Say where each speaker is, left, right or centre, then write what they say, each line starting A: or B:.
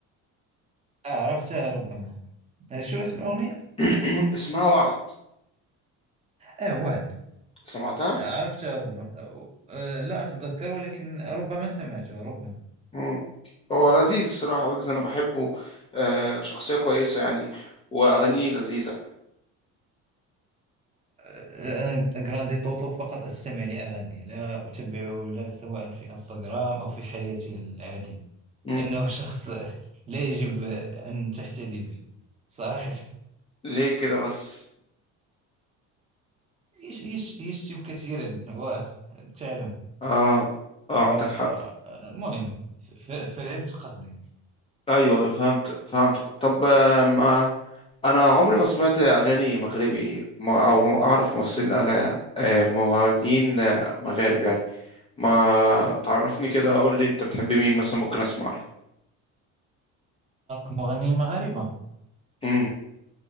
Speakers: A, on the right (about 20°); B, on the left (about 20°).
A: آه عرفتها ربما آه، شو اسم الأغنية؟
B: <clears throat> اسمها وعد
A: آه وعد
B: سمعتها
A: آه عرفتها ربما آه آه، لا أتذكر ولكن ربما سمعتها ربما
B: مم. هو لذيذ الصراحة ويجز انا بحبه آه شخصية كويسة يعني واغانيه لذيذة
A: آه، أنا جراندي توتو فقط أستمع لأغاني لا أتبعه لا سواء في انستغرام أو في حياتي العادية
B: مم.
A: لأنه شخص لا يجب أن تحتدي به صراحة
B: ليه كده بس
A: يش يش يشتم كثيرا وتعلم
B: اه اه
A: ومهم
B: عندك حق
A: فهمت قصدي
B: ايوه أيوة، فهمت فهمتك طب آه، ما انا عمري ما سمعت اغاني مغربي ما- او ما اعرف ممثلين أغ... آه، مغنيين آه، مغارب يعني ما تعرفني كده قول لي انت بتحب مين مثلا ممكن اسمع له
A: المغنيين المغاربة
B: امم